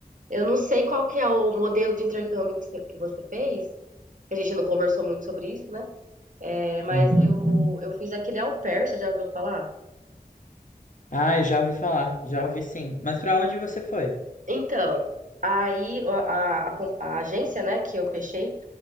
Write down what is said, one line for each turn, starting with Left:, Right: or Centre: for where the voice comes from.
Right: Eu não sei qual que é o modelo de intercâmbio que você, que você fez, que a gente não conversou muito sobre isso, né? É, mas
Left: Uhum.
Right: eu, eu fiz aquele au pair, você já ouviu falar?
Left: Ah, eu já ouvi falar, já ouvi sim. Mas para onde você foi?
Right: Então, aí a, a, a com- a agência, né, que eu fechei,